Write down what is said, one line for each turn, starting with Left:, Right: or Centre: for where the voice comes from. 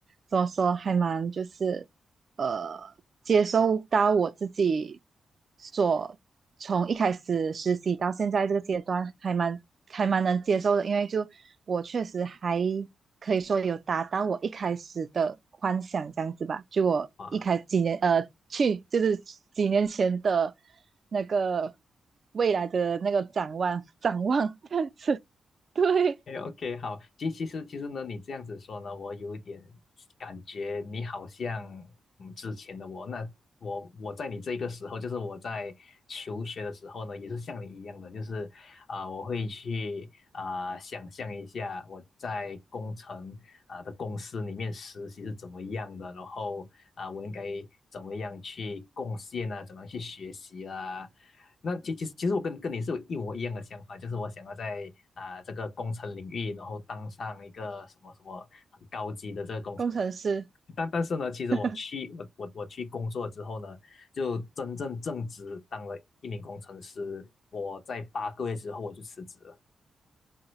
Right: 怎么说，还蛮就是呃，接收到我自己。所从一开始实习到现在这个阶段，还蛮还蛮能接受的，因为就我确实还可以说有达到我一开始的幻想这样子吧。就我一开几年呃去就是几年前的
Left: 啊。
Right: 那个未来的那个展望展望这样子，对，
Left: o OK，好，其其实其实呢，你这样子说呢，我有一点感觉你好像嗯之前的我，那我我在你这个时候，就是我在求学的时候呢，也是像你一样的，就是啊、我会去啊、想象一下我在工程啊、的公司里面实习是怎么样的，然后啊、我应该怎么样去贡献啊，怎么样去学习啦、那其其实其实我跟跟你是有一模一样的想法，就是我想要在啊、这个工程领域，然后当上一个什么什么很高级的这个工程师。
Right: 工程师，
Left: 但但是呢，其实我去我我我去工作之后呢，
Right: <laughs>
Left: 就真正正职当了一名工程师。我在八个月之后我就辞职了，